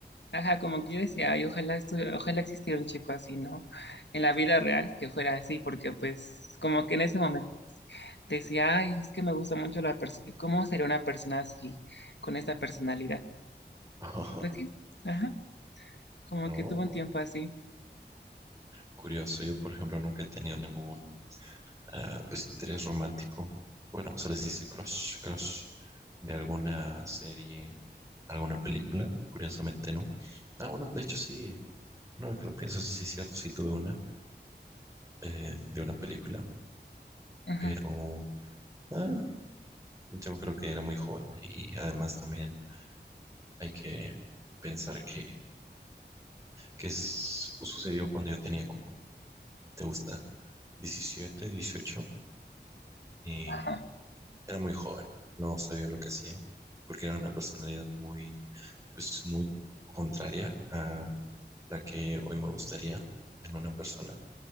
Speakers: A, on the left; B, on the right.
A: Ajá, como que yo decía, ay, ojalá, estu- ojalá existiera un chico así, ¿no? En la vida real, que fuera así, porque pues como que en ese momento decía, ay, es que me gusta mucho la persona, ¿cómo sería una persona así, con esta personalidad?
B: <laughs>
A: Y pues sí, ajá, como
B: Oh,
A: que tuvo un tiempo así.
B: curioso, yo por ejemplo nunca he tenido ningún ah, pues interés romántico. Bueno, se les dice crush, crush de alguna serie, alguna película. Curiosamente no. Ah, bueno, de hecho sí, no que lo pienso, sí es cierto, sí tuve una eh, de una película,
A: Ajá,
B: pero ah, yo creo que era muy joven y además también hay que pensar que que es- sucedió cuando yo tenía como, ¿qué te gusta? 17 18 y
A: ajá,
B: era muy joven, no sabía lo que hacía porque era una personalidad muy, pues muy contraria a la que hoy me gustaría en una persona.